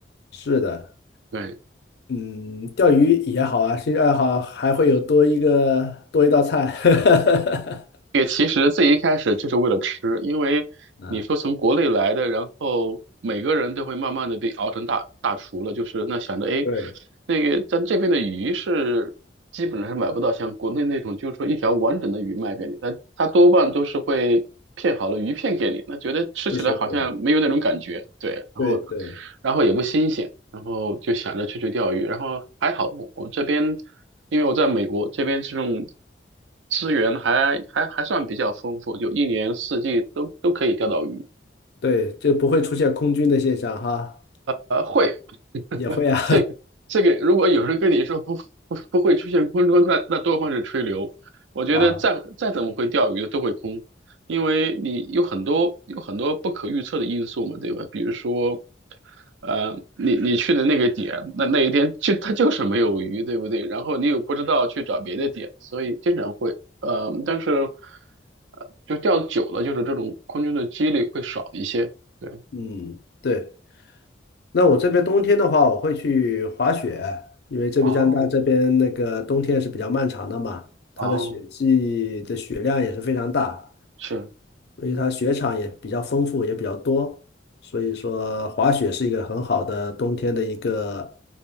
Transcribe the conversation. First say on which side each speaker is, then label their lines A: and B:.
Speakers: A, on the left; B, on the right.
A: 是的，
B: 对。
A: 嗯，钓鱼也好啊，兴趣爱好还会有多一个多一道菜，<laughs>
B: 也其实最一开始就是为了吃，因为你说从国内来的，
A: 啊，
B: 然后每个人都会慢慢的被熬成大大厨了，就是那想着哎，
A: 对，
B: 那个咱这边的鱼是基本上是买不到像国内那种，就是说一条完整的鱼卖给你，它它多半都是会片好了鱼片给你，那觉得吃起来好像没有那种感觉，
A: 是是是，
B: 对，然后
A: 对对，
B: 然后也不新鲜。然后就想着去去钓鱼，然后还好我我这边，因为我在美国这边这种资源还还还算比较丰富，就一年四季都都可以钓到鱼，
A: 对，就不会出现空军的现象哈，
B: 呃，会 <laughs>
A: 也会啊，
B: 这个这个，如果有人跟你说不不不会出现空中，那那多半是吹牛。我觉得再再怎么会钓鱼的都会空，
A: <laughs> 啊，
B: 因为你有很多有很多不可预测的因素嘛，对吧？比如说，呃，你你去的那个点，那那一天就它就是没有鱼，对不对？然后你又不知道去找别的点，所以经常会，呃，但是呃，就钓久了，就是这种空中的几率会少一些。对，
A: 嗯，对。那我这边冬天的话，我会去滑雪，因为这边加拿大这边那个冬天是比较漫长的嘛，
B: 哦哦，
A: 它的雪季的雪量也是非常大，
B: 是。
A: 所以它雪场也比较丰富，也比较多，所以说滑雪是一个很好的冬天的一个